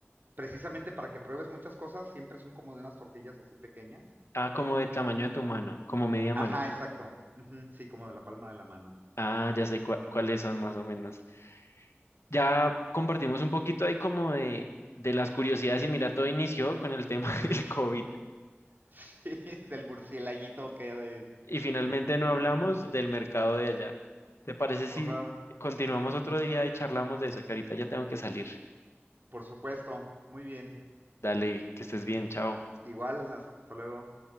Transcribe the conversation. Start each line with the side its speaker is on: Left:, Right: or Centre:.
Right: precisamente para que pruebes muchas cosas, siempre son como de unas tortillas así pequeñas.
Left: Ah, como de tamaño de tu mano, como media mano.
Right: Ajá, exacto. Ujú, sí, como de la palma de la mano.
Left: Ah,
Right: Sí,
Left: ya sé
Right: <laughs>
Left: cua- cuáles son más o menos. Ya compartimos un poquito ahí como de, de las curiosidades y mira, todo inició con el tema <laughs> del COVID
Right: Sí, del murcielaguito que hay de...
Left: y finalmente
Right: de...
Left: no
Right: <laughs>
Left: hablamos del mercado de allá. ¿Te parece si
Right: Ajá.
Left: continuamos otro día y charlamos de eso? Que ahorita ya tengo que salir.
Right: Por supuesto, muy bien.
Left: Dale, que estés bien, chao.
Right: Igual, hasta luego.